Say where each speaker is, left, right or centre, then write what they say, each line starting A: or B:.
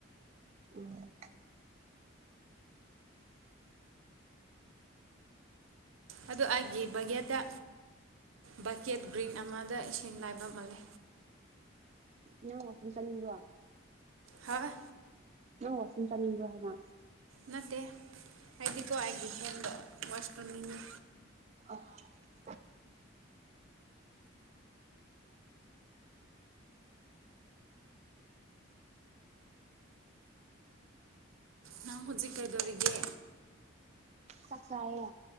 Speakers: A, on the right; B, on the right.
A: ꯎꯝ
B: ꯑꯗꯨ ꯑꯩꯒꯤ ꯕꯒꯦꯗ ꯕꯛꯀꯦꯠ ꯒ꯭ꯔꯤꯟ ꯑꯃꯗ ꯏꯁꯤꯡ ꯂꯥꯏꯕ ꯃꯥꯜꯂꯦ
A: ꯅ ꯋꯥꯁꯤ ꯇꯂꯤ ꯋꯥ
B: ꯍꯥꯥ
A: ꯅꯣꯏ ꯋꯥꯁꯤꯁꯤꯡꯤꯡꯇꯟ ꯏꯡ꯭ꯔꯣ ꯍꯥꯏ ꯃꯥ
B: ꯅꯇ ꯑꯗꯨꯗꯤ ꯀꯒꯤ ꯍꯗ ꯋꯥꯁꯇꯅꯤꯡꯉ
A: ꯑꯥ
B: ꯅꯪ ꯍꯨꯖꯤꯛ ꯀꯩꯗꯧꯔꯤꯒꯦ
A: ꯆꯥꯛ ꯆꯥꯢꯌꯦ